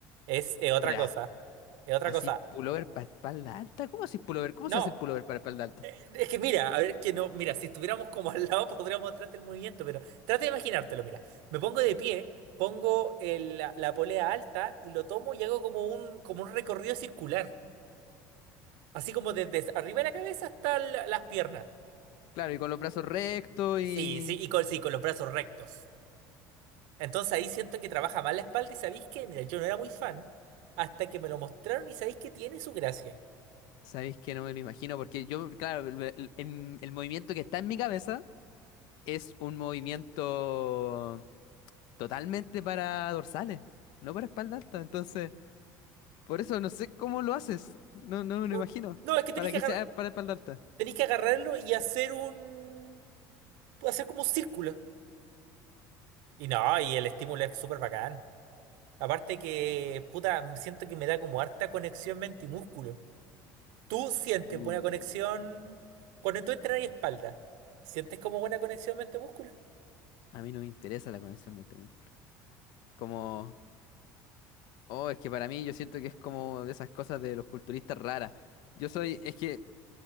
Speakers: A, on the right; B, on the left.
A: es, es otra
B: Espera,
A: cosa, es otra
B: ¿así
A: cosa.
B: pullover para espalda alta? ¿Cómo así pullover? ¿Cómo
A: No.
B: se hace el pullover para espalda alta?
A: Eh, Es que mira, a ver, es que no, mira, si estuviéramos como al lado <laughs> podríamos mostrarte el movimiento, pero trata de imaginártelo, mira. Me pongo de pie, pongo el- la, la polea alta y lo tomo y hago como un, como un recorrido circular. Así como desde arriba de la cabeza hasta la- las piernas.
B: Claro, y con los brazos rectos
A: Sí,
B: y...
A: sí, y con, sí, con los brazos rectos. Entonces ahí siento que trabaja mal la espalda y sabéis que, mira, yo no era muy fan hasta que me lo mostraron y sabéis que tiene su gracia.
B: ¿Sabéis que no me lo imagino? Porque yo, claro, el, el- em- el movimiento que está en mi cabeza es un movimiento totalmente para dorsales, no para espalda alta. Entonces... Por eso no sé cómo lo haces. No, no me
A: No,
B: lo imagino.
A: no, no, es que
B: Para
A: tenéis que
B: que
A: agarrar,
B: sea para espalda alta.
A: tenéis que agarrarlo y hacer un, hacer como un círculo. Y no, y el estímulo es súper bacán. Aparte que, puta, me siento que me da como harta conexión mente y músculo. ¿Tú sientes
B: Uh,
A: buena conexión cuando tú entras y espalda? ¿Sientes como buena conexión mente-músculo?
B: a mí no me interesa la conexión mente-músculo. Como, oh, es que para mí yo siento que es como de esas cosas de los culturistas raras. Yo soy, es que